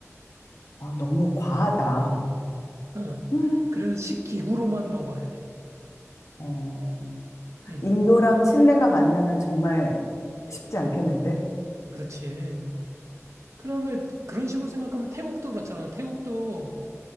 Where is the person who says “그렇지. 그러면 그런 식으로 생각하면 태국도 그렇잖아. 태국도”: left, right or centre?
Right